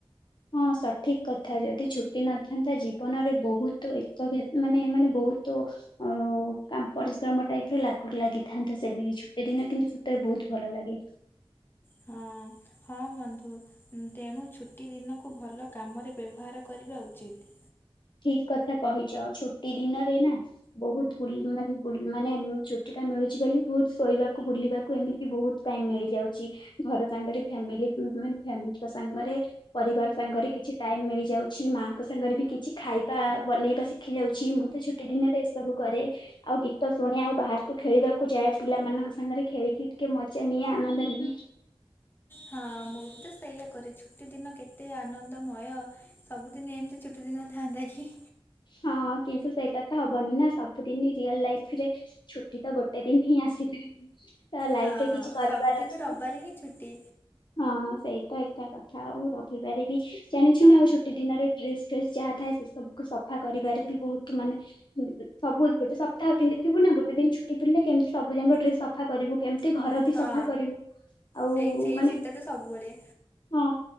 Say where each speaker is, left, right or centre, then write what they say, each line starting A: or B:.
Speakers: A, on the left; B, on the left.
A: ହଁ ସଠିକ୍ କଥା ଯଦି ଛୁଟି ନଥାନ୍ତା ଜୀବନରେ ବହୁତୁ ଏକ ମାନେ ଏମାନେ ବହୁତୁ ଆଉ ପରିଶ୍ରମ ଟାଇପ୍ ର ଲାଗିଥାନ୍ତା ସେମିତି ଛୁଟି ଦିନ କିନ୍ତୁ ସତରେ ବହୁତ୍ ଭଲ ଲାଗେ।
B: ହଁ-ହଁ ବନ୍ଧୁ। ତେଣୁ ଛୁଟି ଦିନକୁ ଭଲ କାମରେ ବ୍ୟବହାର କରିବା ଉଚିତ୍।
A: ଠିକ୍ କଥା କହିଚ, ଛୁଟି ଦିନରେ ନା ବହୁତ୍ ବୁଲ୍ ମାନେ ବୁଲ୍ ମାନେ ଛୁଟି ଟା ମିଳୁଚି ବୋଲି ବହୁତ୍ ଶୋଇବାକୁ ବୁଲିବାକୁ ଏମିତି ବହୁତ୍ ଟାଇମ୍ ମିଳିଯାଉଚି ଘର ସାଙ୍ଗରେ ଫ୍ୟାମିଲୀ ମାନେ ଫ୍ୟାମିଲୀ ଙ୍କ ସାଙ୍ଗରେ ପରିବାର ସାଙ୍ଗରେ କିଛି ଟାଇମ ମିଳି ଯାଉଛି। ମାଆଙ୍କ ସାଙ୍ଗରେ ବି କିଛି ଖାଇବା ବନେଇବା ଶିଖି ଯାଉଛି ମୁଁ ତ ଛୁଟି ଦିନରେ ଏସବୁ କରେ। ଆଉ ଗୀତ ଶୁଣେ ଆଉ ବାହାରକୁ ଖେଳିବାକୁ ଯାଏ ପିଲାମାନଙ୍କ ସାଙ୍ଗରେ ଖେଳିକି ଟିକେ ମଜା ନିଏ ଆନନ୍ଦ ନିଏ।
B: ହଁ ମୁଁ ବି ତ ସେଇୟଆ କରେ ଛୁଟି ଦିନ କେତେ ଆନନ୍ଦମୟ। ସବୁଦିନେ ଏମିତି ଛୁଟି ଦିନ ଥାନ୍ତା କି?
A: ହଁଁ କିନ୍ତୁ ସେଇଟା ତ ହବନି ନା ସବୁଦିନ ରିଅଲ ଲାଇଫ ରେ। ଛୁଟି ତ ଗୋଟେ ଦିନ ହିଁ ଆସିଥାଏ। ତ ଲାଇଫରେ
B: ହଁ
A: କିଛି କରିବାର
B: ସବୁଦିନ
A: ଅଛି
B: ରବିବାର
A: ତ।
B: ହିଁ ଛୁଟି
A: ହଁ ସେଇ ତ ଏକା କଥା ଆଉ ରବିବାର ବି। ଜାଣିଛୁ ନା ଆଉ ଛୁଟି ଦିନରେ ଡ୍ରେସ ଫ୍ରେସ୍ ଯାହା ଥାଏ ସେ ସବୁ ସଫା କରିବାରେ ବି ବହୁତ ମାନେ ହୁଁ ଉଁ ଶବୁ ଗୋଟେ ସପ୍ତାହ ପିନ୍ଧିଥିବୁ ନା ଗୋଟେ ଦିନ ଛୁଟି ପିିଲ କେମତି ସବୁ ଯାକ ଡ୍ରେସ ସଫା କରିବୁ? କେମିତି ଘର ବି
B: ହଁ
A: ସଫା କରିବୁ ଆଉ
B: ସେଇ ସେଇ
A: ମାନେ
B: ଚିନ୍ତା ତ ସବୁବେଳେ।
A: ହଁ